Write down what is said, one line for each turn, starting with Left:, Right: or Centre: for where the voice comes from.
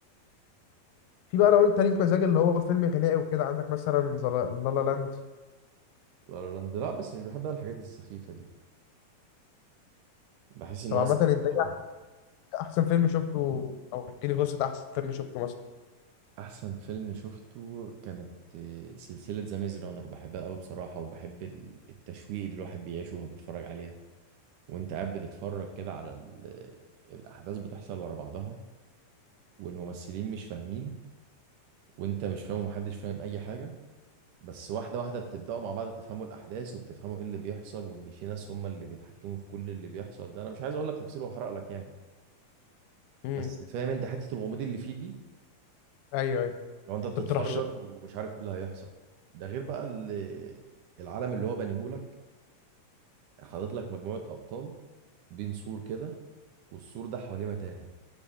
Left: في بقى لو انت ليك مزاج اللي هو فيلم غنائي وكده عندك مثلا زل- لا لا لاند
Right: لا لا لاند لا بس مش بحب انا الحاجات السخيفة دي بحس ان
Left: طب
Right: هو
Left: عامة
Right: سخيف
Left: انت ايه
Right: قوي
Left: احسن فيلم شفته او احكي لي قصة احسن فيلم شفته مثلا
Right: احسن فيلم شفته كانت إيه، سلسلة ذا ميز رانر بحبها قوي بصراحة وبحب ال- التشويق اللي الواحد بيعيشه وهو بيتفرج عليها وانت قاعد بتتفرج كده على ال... الاحداث بتحصل ورا بعضها والممثلين مش فاهمين وانت مش فاهم ومحدش فاهم اي حاجه بس واحده واحده بتبداوا مع بعض تفهموا الاحداث وبتفهموا ايه اللي بيحصل وان في ناس هم اللي بيتحكموا في كل اللي بيحصل ده انا مش عايز اقول لك تفاصيل واحرق لك يعني
Left: امم
Right: بس فاهم انت حته الغموض اللي فيه دي
Left: ايوه ايوه
Right: لو انت بتتفرج
Left: انت بترشح
Right: ومش عارف ايه اللي هيحصل ده غير بقى اللي العالم اللي هو بنيهولك حاطط لك مجموعه ابطال بين سور كده والسور ده حواليه متاهه